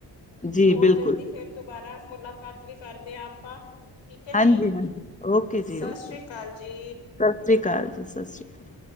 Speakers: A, on the left; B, on the left.
A: ਆ। ਜੀ
B: ਹੋਰ
A: ਬਿਲਕੁਲ,
B: ਜਲਦੀ ਫਿਰ ਦੁਬਾਰਾ ਮੁਲਾਕਾਤ ਵੀ ਕਰਦੇ ਹਾਂ ਆਪਾਂ ਠੀਕ ਹੈ
A: ਹਾਂਜੀ-ਹਾਂਜੀ,
B: ਜੀ,
A: ਓਕੇ
B: ਸਤਿ
A: ਜੀ ਓਕੇ,
B: ਸ੍ਰੀ ਅਕਾਲ ਜੀ
A: ਸਤਿ ਸ਼੍ਰੀ ਅਕਾਲ ਜੀ, ਸਤਿ ਸ਼੍ਰੀ ਅਕਾਲ।